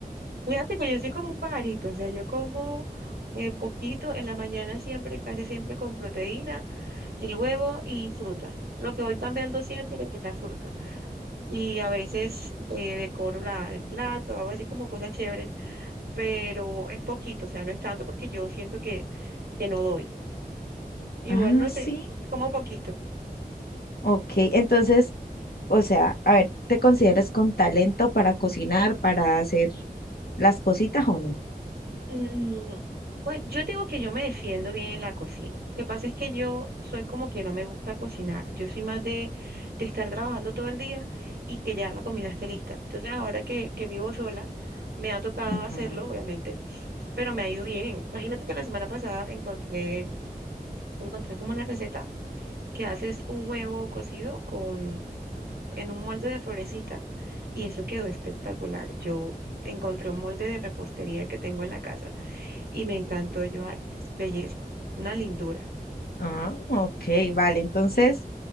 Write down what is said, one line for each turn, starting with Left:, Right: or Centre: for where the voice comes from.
Right: Fíjate que yo soy como un pajarito, o sea, yo como eh, poquito en la mañana siempre, casi siempre con proteína. El huevo y fruta. Lo que voy cambiando siempre es la fruta. Y a veces eh, decoro la, el plato, hago así como cosas chéveres, pero es poquito, o sea, no es tanto porque yo siento que, que no doy. Igual
Left: Ah,
Right: no
Left: sí.
Right: sé, como poquito.
Left: Ok, entonces, o sea, a ver, ¿tú te consideras con talento para cocinar, para hacer las cositas o no?
Right: Mm, Pues yo digo que yo me defiendo bien en la cocina. Lo que pasa es que yo soy como que no me gusta cocinar. Yo soy más de, de estar trabajando todo el día y que ya la comida esté lista. Entonces ahora que, que vivo sola, me ha tocado
Left: Ajá.
Right: hacerlo, obviamente pero me ha ido bien. Imagínate que la semana pasada encontré, encontré como una receta que haces un huevo cocido con, en un molde de florecita y eso quedó espectacular. Yo encontré un molde de repostería que tengo en la casa y me encantó. Yo, ay, belleza, una lindura.
Left: Ah, ok, vale. Entonces,